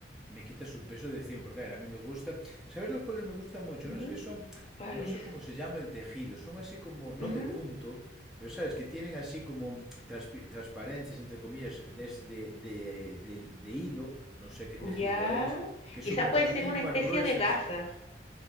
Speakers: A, in the centre; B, on the left (about 35°).
A: me quitas un peso de encima, porque a ver, a mí me gusta. ¿Sabes los cuales me gustan mucho?
B: Ujú,
A: Unos que son,
B: ¿Cuál
A: no
B: es?
A: sé cómo se llama el tejido, son así como,
B: Ujú,
A: no de punto, pero sabes, que tienen así como mm, transpi- transparencias, entre comillas, de, es- de, de- de- de hilo, no sé qué tejido
B: Ya,
A: es, que
B: quizás
A: son un
B: puede
A: poquitín
B: ser una especie
A: más gruesas.
B: de gasa,